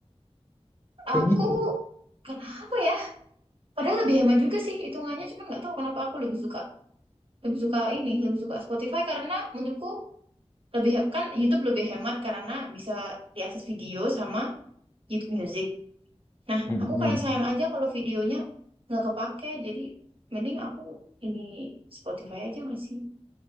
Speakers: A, on the left; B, on the right.
A: kayak
B: Aku
A: gitu.
B: kenapa ya? Padahal lebih hemat juga sih hitungannya, cuman nggak tahu kenapa aku lebih suka lebih suka ini, lebih suka Spotify karena menurutku lebih he- kan YouTube lebih hemat karena bisa diakses video sama YouTube Music. Nah,
A: Mm-mm.
B: aku kayak sayang aja kalau videonya nggak kepake, jadi mending aku ini Spotify aja nggak sih?